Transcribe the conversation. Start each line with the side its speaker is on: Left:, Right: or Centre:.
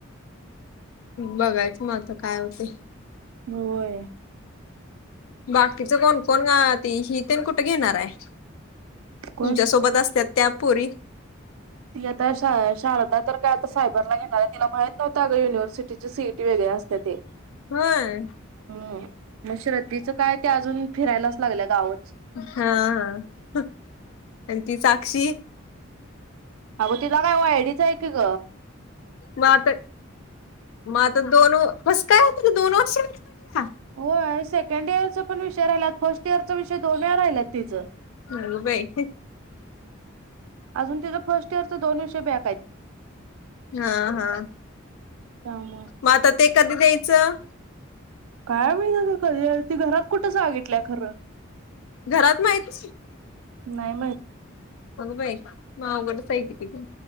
Left: बघायचं म आता काय होतय.
Right: होओय.
Left: बाकीच कोण कोण गं ती हि तेन कुठं घेणाराय?
Right: कोण
Left: तुमच्या सोबत असत्या. त्या पोरी.
Right: ती आता शा शारदा तर काय आता सायबरला घेनाराय तिला माहित नव्हंत अग युनिव्हर्सिटीच सीट वेगळी असत्याते.
Left: होय
Right: हम्म म श्रद्धीचं काय? ती अजून फिरायलाच लागल्या गाव.
Left: हां हां आणि ती साक्षी?
Right: अगं तिला काय वायडीच हाय कीग.
Left: म आता म आता दोन व कसंकाय? त दोन वर्षय हां.
Right: होय सेकंड इयरचापण विषय राहिल्यात फर्स्ट इयरचा विषय दोन वेळा राहिल्यात तिचं.
Left: अगंबाई.
Right: अजून तिजं फर्स्ट इयरच दोन विषय बॅकायत.
Left: हां हां
Right: त्यामुळं
Left: मआता ते कधी द्यायचं?
Right: काय माहित की ती घरात कुठं सगितलं खरं.
Left: घरात माहित.
Right: नाय माहीत.
Left: अगं बाई म आवघडचायकी.